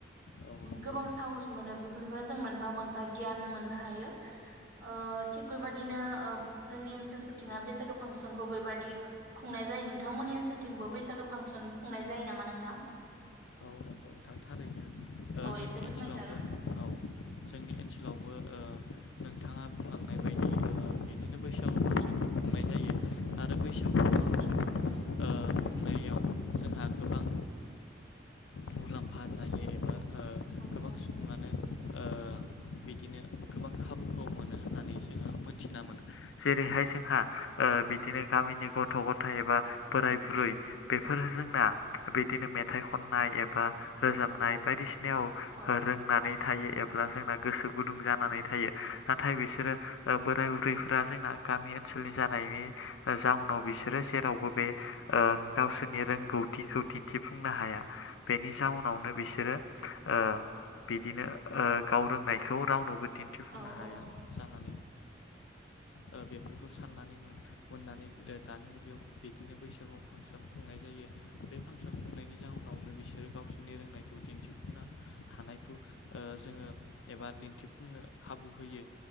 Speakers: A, on the left (about 80°); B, on the right (about 45°).
A: औ नंगौ
B: गोबां साहस मोनो बे फोरबो जों मोनफा मोनफा गियान मोननो हायो। ओ थिग बेबायदिनो जोंनि ओनसोलफोरथिङा बैसागो फांसनखौ बेबायदि खुंनाय जायो नोंथांमोननि ओनसोलथिंबो
A: औ
B: बैसागो फांसन खुंनाय जायो नामा नोंथां?
A: औ नंगौ नोंथां थारैनो ओ
B: औ
A: जोंनि
B: एसे फोरमायजागोन
A: ओनसोलावबो औ।
B: <inaudible>
A: जोंनि ओनसोलावबो ओ नोंथाङा बुंलांनाय बायदि ओ बिदिनो बैसागु फांसनखौ खु
B: <inaudible>
A: आरो बैसागु
B: औ
A: फांसनखौ ओ खुंनायाव जोंहा गोबां मुलाम्फा जायो एबा ओ
B: औ-औ।
A: गोबां सुबुङानो ओ बिदिनो गोबां खाबुखौ मोनो होननानै जोङो मोनथिना मोनो जेरैहाय जोंहा ओ बिदिनो गामिनि गथ' गथ' थाय एबा
B: औ
A: बोराय बुरै बेफोर जोंना बिदिनो मेथाइ खननाय ए बा रोजाबनाय बायदिसिनायाव
B: औ
A: रोंनानै थायो एबा ब्ला जोंना गोसो गुदुं जानानै थायो नाथाय बिसोरो बोराय ओ बुरैफोरा जोंना गामि ओ ओनसोलनि जानायनि जााहनाव बिसोरो जेरावबो बे ओ गावसोरनि रोंगौथिखौ दिन्थिफुंनो हाया। बेनि जाउनावनो बिसोरो ओ बिदिनो ओ गाव रोंनायखौ रावनोबो दिन्थिफुंनो
B: औ
A: हाया जाना
B: <inaudible>
A: ओ बेफोरखौ साननानै मोननानै दानि मुगायाव बिदिनो बैसागुआव फांसन खुंनाय जायो। बे फांसन खुंनायनि जाउनाव बिसोरो गावसोरनि रोंनायखौ दिन्थिफुंनो हानायखौ ओ जोङो एबा दिन्थिफुं नो खाबु होयो